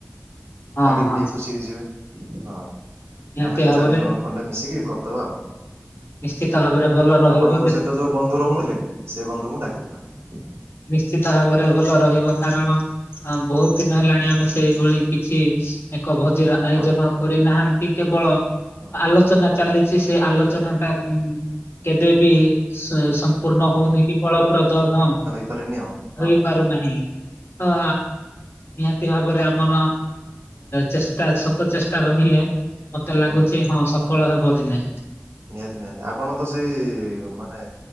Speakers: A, on the left; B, on the right.
A: ହଁ
B: ତାଙ୍କେ
A: ହଁ
B: ବି ଟିକେ ଖୁସି ହେଇଯିବେ ହଁ।
A: ନିହାତି
B: ଆମେ
A: ଭାବରେ
B: ଚାରି ଜଣ ଖଣ୍ଡେ ମିଶିକି କରିଦବା ଆଉ
A: ନିଶ୍ଚିତ ଭାବରେ ଭଲ ରହିବ
B: ଆପଣଙ୍କ
A: ଯେ
B: ସହିତ ଯୋଉ ବନ୍ଧୁ ରହୁନଥିଲେ କି ସେ ବନ୍ଧୁଙ୍କୁ ଡାକିଦବା।
A: ନିଶ୍ଚିତ ଭାବରେ ଭଲ ରହିବ କାରଣ ହଁ ବହୁତ ଦିନ ହେଲାଣି ଆମେ ସେଇଭଳି କିଛି ଏକ ଭୋଜିର ଆ ଆୟୋଜନ
B: କରେ
A: କରିନାହାନ୍ତି କେବଳ
B: ହଁ।
A: ଆଲୋଚନା ଚାଲିଛି ସେ ଆଲୋଚନାଟା ଉଁ କେବେ ବି ସମ୍ପୂର୍ଣ୍ଣ ହଉନି କି ଫଳପ୍ରଦ ହଁ
B: କରିନିଅ।
A: ହୋଇ ପାରୁନାହିଁ। ତ ନିହାତି ଭାବରେ ଆମର ଚେଷ୍ଟା ସତ ଚେଷ୍ଟା ରହିଲେ ମତେ ଲାଗୁଚ
B: ହୁଁ ହୁଁ।
A: ହଁ ସଫଳ ହବ ଦିନେ।
B: ନିହାତି ନିହାତି। ଆପଣ ତ ସେଇ ମାନେ